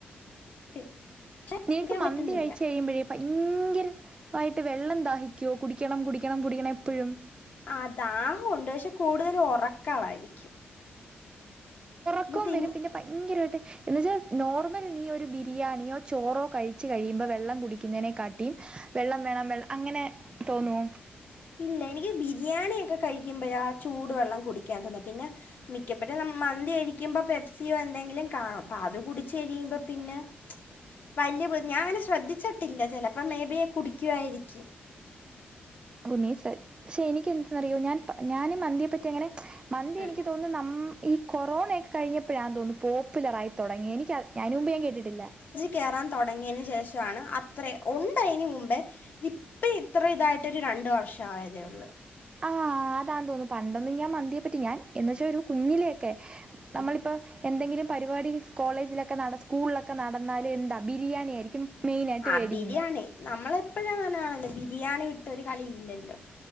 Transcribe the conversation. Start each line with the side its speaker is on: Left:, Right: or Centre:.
Left: <unintelligible>
Right: നിനക്ക്
Left: കഴിക്കാൻ
Right: മന്തി
Left: പറ്റുന്നില്ല
Right: കഴ്ച്ചു കഴിയുമ്പഴേ ഭയങ്കര ആയിട്ട് വെള്ളം ദാഹിക്കോ കുടിക്കണം കുടിക്കണം കുടിക്കണം എപ്പഴും
Left: ആഹ് ദാഹൊണ്ട് പക്ഷെ കൂടുതലും ഒറക്കായിരിക്കും.
Right: ക്കും
Left: തിന്ന്
Right: വെരും പിന്നെ ഭയങ്കരായിട്ട് എന്ന് വെച്ചാ നോർമൽ നീ ഒരു ബിരിയാണിയോ ചോറോ കഴിച്ചു കഴിയുമ്പോ വെള്ളം കുടിക്കുന്നയ്നെ കാട്ടിയും വെള്ളം വേണം വെൾ അങ്ങനെ തോന്നോ?
Left: ഇല്ല എനിക്ക് ബിരിയാണ്യൊക്കെ കഴിക്കുമ്പഴാ ചൂട് വെള്ളം കുടിക്കാൻ തോന്ന പിന്നെ മിക്കപെട്ട നം മന്തി കഴി ക്കുമ്പം പെപ്സിയോ എന്തെങ്കിലും കാണും അപ്പ അത് കുടിച്ച് കഴിയുമ്പോ പിന്നെ വല്യെ ബുദ് ഞാ അങ്ങനെ ശ്രദ്ധിച്ച്ട്ടില്ല ചെലപ്പം മേ ബി കുടിക്കുവായിരിക്കും.
Right: ക്കു നീ ശ്ര പക്ഷെ എനിക്ക് എന്ത്ന്നറിയോ ഞാൻ പ ഞാന് മന്തിയെപ്പറ്റി അങ്ങനെ മന്തി
Left: ഉം.
Right: എനിക്ക് തോന്നുന്നു നം ഈ കൊറോണെക്കെ കഴിഞ്ഞപ്പഴാന്ന് തോന്നുന്നു പോപ്പുലറായി തൊടങ്ങ്യേ എനിക്ക അയ്ന് മുമ്പ് ഞാൻ കേട്ടിട്ടില്ല.
Left: കെറാൻ തൊടങ്ങ്യെയ്നു ശേഷണ് അത്ര ഉണ്ട് അയ്ന് മുമ്പേ ഇപ്പൊ ഇത്ര ഇതായിട്ടൊര് രണ്ട് വർഷായതേ ഒള്ളൂ.
Right: ആഹ് അതാ തോന്നുന്നു പണ്ടൊന്നും ഞാൻ മന്തിയെ പ്പറ്റി ഞാൻ.. എന്നുവച്ചാ ഒരു കുഞ്ഞിലെയൊക്കെ നമ്മളിപ്പോ
Left: ഉം
Right: എന്തെങ്കിലും പരിപാടി. കോളേജിലൊക്കെ നട സ്കൂളിലൊക്കെ നടന്നാല് എന്താ ബിരിയാണി ആയിരിക്കും മെയിന ആയിട്ട്
Left: ആ
Right: വെടിക്കുന്നെ..
Left: ബിരിയാണി നമ്മളെപ്പോഴും അങ്ങനൊണല്ലോ ബിരിയാണി വിട്ടൊരു കളി ഇല്ലല്ലോ..